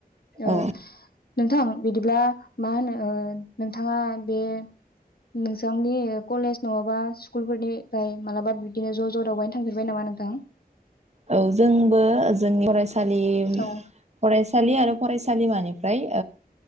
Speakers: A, on the left; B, on the right.
A: ओ
B: औ
A: नोंथां बिदिब्ला मा होनो नोंथाङा बे नोंथांनि कलेज नङाबा स्कुलफोरनिफ्राय मालाबा बिब्दिनो ज' ज' दावबायनो थांफेरबाय नामा नोंथां?
B: औ जोंबो जोंनि फरायसा सालि
A: औ
B: फरायसालि आरो फरायसालिमानि फ्राय